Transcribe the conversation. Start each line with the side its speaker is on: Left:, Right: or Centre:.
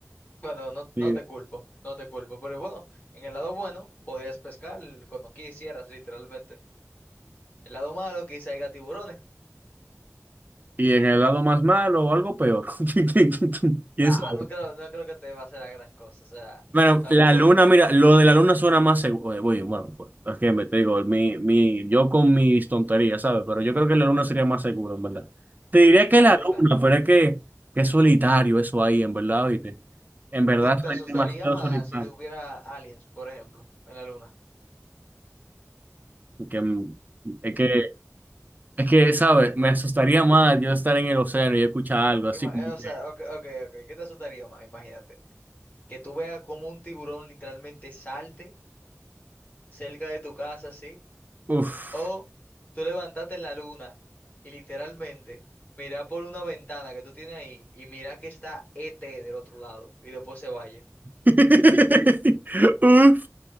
Left: Bueno, no, no
Right: Y,
Left: te culpo, no te culpo, pero bueno, en el lado bueno podrías pescar cuando quisieras, literalmente. El lado malo, que haya tiburones.
Right: y en el lado más malo, o algo peor. <laughs> ¿Quién
Left: Ah,
Right: sabe?
Left: no creo, no creo que te va a hacer la gran cosa. O sea,
Right: Bueno,
Left: tampoco
Right: la luna, mira, lo de la luna suena más seguro. Bueno, pues, es que me te digo, mi, mi, yo con mis tonterías, ¿sabes? Pero yo creo que la luna sería más seguro, en verdad. Te diría que
Left: la
Right: la
Left: luna.
Right: luna, pero es que, que es solitario eso ahí, en verdad, oíste. En verdad
Left: ¿Tú te
Right: sería
Left: asustaría
Right: demasiado
Left: más
Right: solitario.
Left: si hubiera aliens, por ejemplo, en la luna?
Right: Porque, mm, es que, es que, ¿sabes? Me asustaría más yo estar en el océano y escuchar algo así
Left: Ima-
Right: como
Left: eh, o
Right: que,
Left: sea, ok, ok, ok. ¿Qué te asustaría más? Imagínate. Que tú veas como un tiburón literalmente salte cerca de tu casa, así.
Right: uff,
Left: O tú levantarte en la luna y literalmente mira por una ventana que tú tienes ahí y mira que está ET del otro lado y después se vaya.
Right: <laughs> Uf,